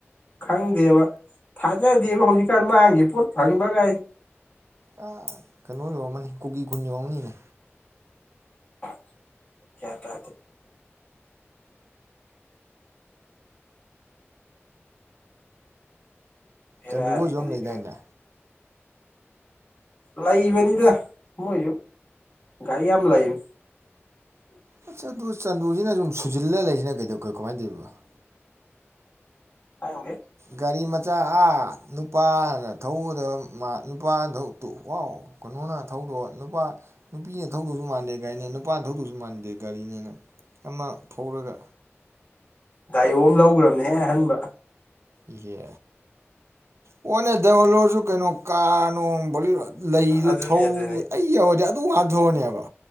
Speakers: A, on the left (about 30°); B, on the right (about 70°).
A: ꯈꯪꯗꯦꯕ ꯊꯥꯖꯗꯦꯕ ꯍꯧꯖꯤꯛꯀꯥꯟ ꯃꯥꯡꯒꯤ ꯄꯣꯠ ꯐꯪꯕꯒꯥꯏ
B: ꯑ ꯀꯩꯅꯣ ꯌꯧꯔꯝꯃꯅꯤ ꯀꯨꯀꯤ ꯈꯨꯟ ꯌꯧꯔꯝꯃꯅꯤꯅꯦ
A: ꯑꯥ ꯒꯌꯥꯟ ꯇꯥꯗꯦ
B: ꯆꯟꯗꯨ
A: ꯕꯦꯔꯥꯅꯤ
B: ꯍꯣꯏꯁꯨ
A: ꯍꯧꯖꯤꯛꯀꯥꯟ
B: ꯑꯃ ꯂꯩꯗꯥꯏꯅꯦ
A: ꯂꯩꯕꯅꯤꯗ ꯃꯣꯏꯖꯨ ꯒꯥꯔꯤ ꯌꯥꯝ ꯂꯩꯝꯅꯤ꯫
B: ꯑꯁ ꯑꯗꯨ ꯆꯟꯗꯨꯁꯤꯅ ꯁꯨꯝ ꯁꯨꯖꯤꯜꯂꯒ ꯂꯩꯁꯤꯅ ꯀꯩꯗꯧ ꯀꯃꯥꯏꯅ ꯇꯧꯔꯤꯕꯅꯣ
A: ꯈꯪꯗꯦ
B: ꯒꯥꯔꯤ ꯃꯆꯥ ꯑꯥ ꯅꯨꯄꯥꯅ ꯊꯧꯒꯗꯕ ꯅꯨꯄꯥꯅ ꯋꯥꯎ ꯀꯩꯅꯣꯅ ꯊꯧꯗꯣꯛ ꯅꯨꯄꯥ ꯅꯨꯄꯤꯅ ꯊꯧꯗꯁꯨ ꯃꯥꯟꯗꯦ ꯒꯥꯔꯤꯅꯦ ꯅꯨꯄꯥꯅ ꯊꯧꯗꯁꯨ ꯃꯥꯟꯗꯦ ꯒꯥꯔꯤꯅꯦꯅ ꯑꯃ ꯊꯧꯔꯒ
A: ꯗꯥꯏꯌꯣ ꯑꯃ ꯂꯧꯒꯔꯝꯅꯤꯍꯦ ꯑꯍꯟꯕ
B: ꯏꯍꯦ ꯑꯣꯅ ꯗꯧꯂꯧꯔꯁꯨ ꯀꯩꯅꯣ ꯀꯥꯔ ꯅꯣꯡ ꯕꯣꯂꯦꯔ ꯂꯩꯗꯨ
A: ꯑꯗꯨꯅꯦ
B: ꯊꯧ
A: ꯑꯗꯨꯅꯦ
B: ꯑꯩ ꯌꯧꯔꯗꯤ ꯑꯗꯨ ꯍꯥꯟ ꯊꯧꯔꯅꯤꯌꯦꯕ